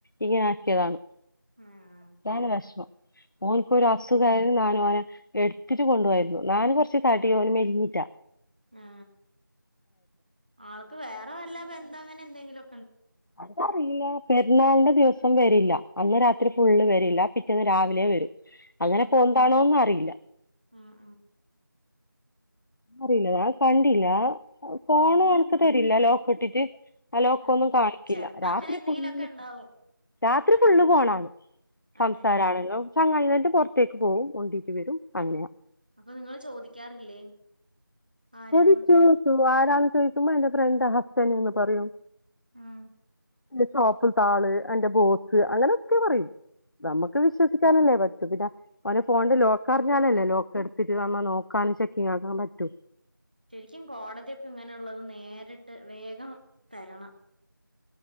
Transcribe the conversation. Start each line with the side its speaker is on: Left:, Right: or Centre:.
Left: ഇങ്ങനെ ആക്കിയതാണ്
Right: ആഹ്
Left: ഇതാണ് വഷമം ഓൻക്കൊരു ഒരു അസുഖായാലും നാൻ ഓനെ എടുത്തിട്ട് കൊണ്ട് പോയരുന്നു നാൻ കൊറച്ച് തടി ഓൻ മെലിഞ്ഞിറ്റാ
Right: ആ ആൾക്ക് വേറെ വല്ല ബന്ധം അങ്ങനെ എന്തെങ്കിലും
Left: അതറില്ല പെരുന്നാള്ന്റെ ദിവസം ന്ന് വരില്ല അന്ന് രാത്രി ഫുള്ള് വരില്ല പിറ്റേന്ന് രാവിലെ വരും അങ്ങനെ
Right: ആഹ്
Left: പോന്താണോന്നും അറിയില
Right: ആഹ്
Left: അറില ഞാൻ കണ്ടില്ല ഫോണ്
Right: ആഹ്
Left: എനിക്ക് തരില്ല ലോക്ക് ഇട്ടിട്ട് ആ ലോക്ക്ന്നും
Right: ആഹ്
Left: കാണിക്കില്ല
Right: ചെലപ്പോ
Left: രാത്രി
Right: അങ്ങനെ എന്തെങ്കിലുമൊക്കെ
Left: ഫുള്
Right: ഉണ്ടാവും
Left: രാത്രി ഫുള്ള് ഫോണാണ് സംസാരാണെലും
Right: അതെ
Left: ചങ്ങായിന് പറഞ്ഞിട്ട് പുറത്തേക്ക് പോഉം കൊണ്ടീട്ട് വരും അങ്ങയാ
Right: അപ്പോ നിങ്ങൾ ചോദിക്കാറില്ലേ ആരാന്ന്
Left: ചോലിച്ചു ചൊവ്വായി ന്ത ചോദിക്കുമ്പോ എന്റെ ഫ്രണ്ട ഹസ്ബൻറ്റ്ന്ന് പറയും
Right: ഉം
Left: എന്റെ ഷോപ്പിൽ ആള് എന്റെ ബോസ് അങ്ങനൊക്കെ പറയും നമക്ക് വിശ്വസിക്കാനല്ലേ പറ്റു പിന്നെ ഓന് ഫോണില് ലോക്ക്റിഞ്ഞാലല്ലേ ലോക്ക് എടുത്തിട്ട് നമ്മ നോക്കാനും ചെ ശെരിആക്കാൻ പറ്റു
Right: ശരിക്കും കോടതിയൊക്കെ ഇങ്ങനള്ളത് നേരിട്ട് വേഗം തരണം